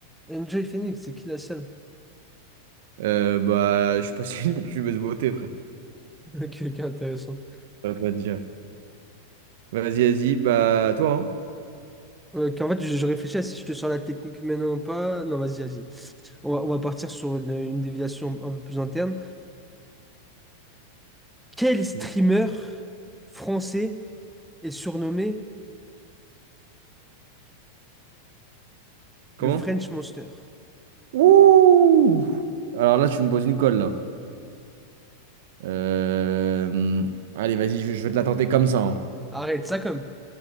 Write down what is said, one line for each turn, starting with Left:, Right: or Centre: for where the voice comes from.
Centre: Enjoy Phoenix, c'est qui la seule?
Right: Euh, bah, je suis pas si <laughs> passe une jumeuse beauté, frère.
Centre: <laughs> Ok, ok, intéressant.
Right: Ça va pas te dire. Vas-y, vas-y. Bah, toi,
Centre: Euh, qu'en fait, je, je réfléchis à si je te sors la technique maintenant ou pas. Non, vas-y, vas-y. On va, on va partir sur une, une déviation un peu plus interne. Quel streamer
Right: hein?
Centre: français est surnommé
Right: Comment?
Centre: le French Monster?
Right: Ouh! Alors là, tu me poses une colle, là. Euh, Allez, vas-y, je, je vais te la tenter comme ça. hein.
Centre: Arrête, ça comme.